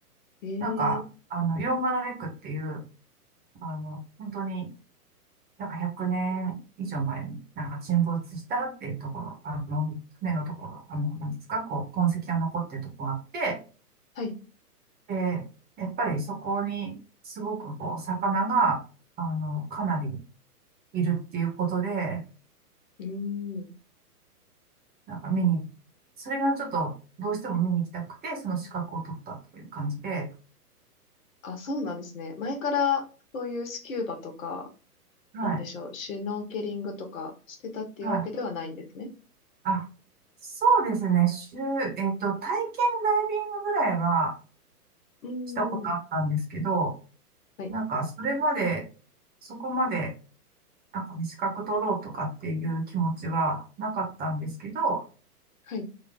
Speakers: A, on the left; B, on the right.
A: えー、
B: なんか、あの、ヨンガナベクっていう、あの、本当に、なんか100年以上前に、なんか沈没したっていうところ、あの、船のところ、あの、なんですか、こう、痕跡が残ってるところあって、
A: はい。
B: で、やっぱりそこに、すごくこう、魚が、あの、かなりいるっていうことで、
A: うーん。
B: なんか見に、それがちょっと、どうしても見に行きたくて、その資格を取ったっていう感じで、
A: あ、そうなんですね。前からそういうスキューバとか、
B: はい。
A: なんでしょう、シュノーケリングとかしてたっていうわけではないんですね。
B: はい。あ、そうですね。週、えっと、体験ダイビングぐらいは
A: うー
B: したことあったんですけど、
A: ん。はい。
B: なんか、それまで、そこまで、なんかね、資格取ろうとかっていう気持ちはなかったんですけど、
A: はい。